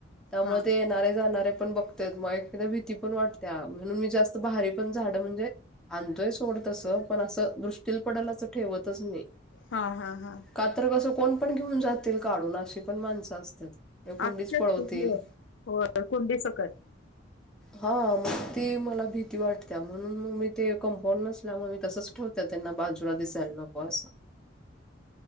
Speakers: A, in the centre; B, on the left.
A: त्यामुळे
B: हा
A: ते येणारे जाणारे पण बघत मग एकदा भीती पण वाटते म्हणून मी जास्त बारी पण झाड म्हणजे आणतोय सोडतसं पण असं दृष्टीील पडेल असं ठेवतच नाही
B: हा हा हा
A: कात्र कसं कोण पण घेऊन जातील काढून अशी पण माणसं असतात कुंडीच
B: आच
A: पळवतील
B: तुम हो कुंडी सकत
A: हा मग ती मला भीती वाटते म्हणून मग मी ते कंपाऊड नसल्यामुळे मी तसच ठेवत त्यांना बाजूला दिसायला नको असं